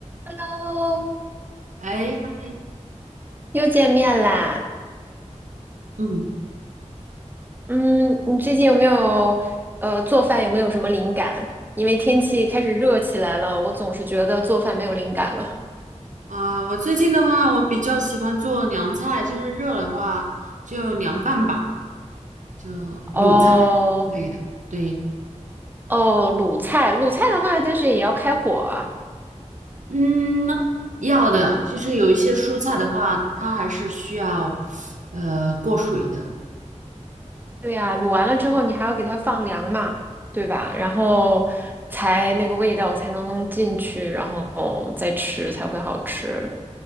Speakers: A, on the right; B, on the right.
A: Hello，
B: 哎，嗨
A: 又见面啦。
B: 嗯，
A: 嗯，你最近有没有呃做饭有没有什么灵感？因为天气开始热起来了，我总是觉得做饭没有灵感了。
B: 啊，我最近的话，我比较喜欢做凉菜，就是热的话就凉拌吧，就卤菜
A: 哦
B: 之类的。对，
A: 哦，卤菜，卤菜的话，但是也要开火啊。
B: 嗯，要的，就是有一些蔬菜的话，它还是需要呃过水的。
A: 对呀，卤完了之后你还要给它放凉嘛，对吧？然后才那个味道才能进去，然后再吃才会好吃。